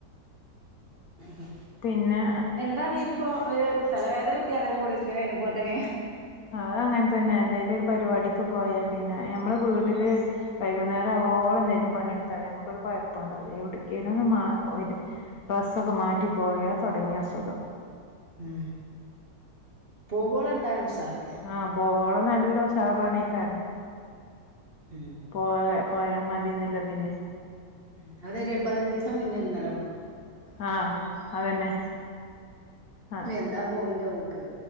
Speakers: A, on the right (about 35°); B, on the left (about 60°).
A: ഉംഹ്
B: പിന്നെ
A: എന്താണേലും ഇപ്പോ ഒരു തലവേദന കിട്ടി പറയാ ഒര് കുടിരിക്കല് കയിഞ്ഞപ്പോത്തിന്.
B: അത് അങ്ങനെ തന്നെ എന്തേലും ഒരു പരിപാടിക്ക് പോയാ പിന്നെ ഞമ്മള് വീട്ടില് വൈകുന്നേരം ആവോളം എന്തെലും പണി ഇട്ത്താ മതി. നമുക്കൊരു കൊഴപ്പുണ്ടാവുല. എവിട്ക്കേലും ഒന്ന് മാ ഒര് ബസ്സൊക്കെ മാറ്റിപ്പോയാ തൊടങ്ങി അസുഖം.
A: ഉം പോവോളം എന്താണ് ഉസാറ്.
B: ആഹ് പോവോളം നല്ല ഉഷാറു ആണേക്കാരം.
A: ഉം
B: പോള പോയാ മതിന്ന് ഇല്ലതിന്.
A: ഉം അതൊര് പതിനഞ്ചീസം മുന്ന് ഒരുങ്ങല് തൊടങ്ങും.
B: ആഹ് അതന്നെ. ആഹ്
A: എന്താ പോവിന്റെ ഊക്ക്.